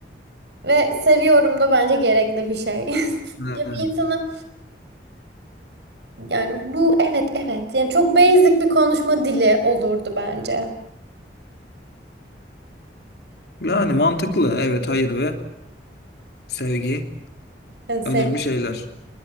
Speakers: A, on the right (about 75°); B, on the left (about 65°).
A: Ve seviyorum da bence gerekli bir şey. <laughs>
B: Evet.
A: Ya bir insana yani bu evet evet yani çok basic bir konuşma dili olurdu bence.
B: Yani mantıklı. Evet, hayır ve sevgi
A: Yani sev
B: önemli şeyler.